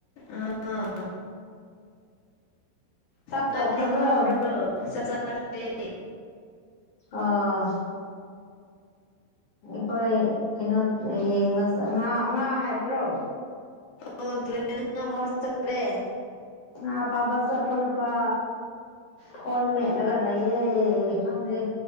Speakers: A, on the left; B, on the left.
A: ꯑꯥ
B: ꯆꯥꯛ
A: ꯉꯗ
B: ꯇꯧꯈ꯭ꯔꯕ꯭ꯔꯣ
A: ꯐꯥꯕ꯭ꯔꯣ ꯆꯥꯛ ꯆꯈꯔ꯭ꯦ
B: ꯑꯥ ꯑꯈꯣꯏ ꯀꯩꯅꯣ ꯌꯦꯡꯕꯆ ꯉꯥ ꯉꯥ ꯍꯥꯏꯕ꯭ꯔꯣ꯫
A: ꯑꯣ ꯇ꯭ꯔꯦ ꯉꯥ ꯐꯥꯕ‌ ꯆꯠꯇ꯭ꯔ‌ꯦ꯫
B: ꯍꯥ ꯐꯥꯕꯁꯄ ꯄ ꯐꯣꯟ ꯃꯦꯠꯂꯒ ꯂꯩꯏꯌꯦ ꯈꯪꯗꯦ꯫